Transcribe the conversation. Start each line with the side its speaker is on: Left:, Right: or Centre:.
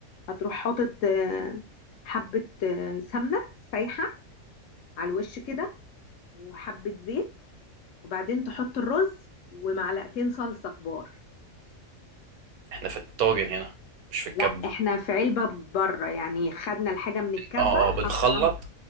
Left: هتروح حاطط آه، حبه آه، سمنه سايحه على الوش كده وحبه زيت وبعدين تحط الرز ومعلقتين صلصه كبار
Right: احنا في الطاجن هنا مش في الكبة
Left: لا احنا في علبه بره يعني خدنا الحاجه من الكبه
Right: اه اه بنخلط
Left: حطيناها في